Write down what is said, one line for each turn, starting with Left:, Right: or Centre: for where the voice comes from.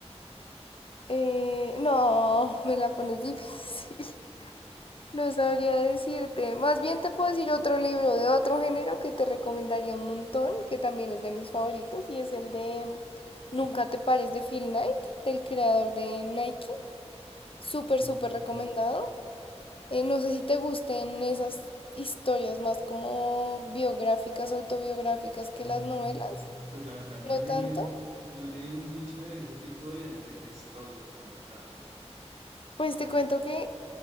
Left: Eh, no, <laughs> me la pones difícil. <laughs> No sabría decirte. Más bien te puedo decir otro libro de otro género que te recomendaría un montón, que también es de mis favoritos, y es el de Nunca te pares de Phil Knight, del creador de Nike. Súper,
Right: Mm,
Left: súper recomendado. Eh, no sé si te gusten esas historias más como biográficas, autobiográficas que
Right: mm,
Left: las novelas.
Right: pues la verdad no
Left: No
Right: he leído,
Left: tanto.
Right: no he leído mucho de ese tipo de, de, de historias, la verdad.
Left: Pues te cuento que,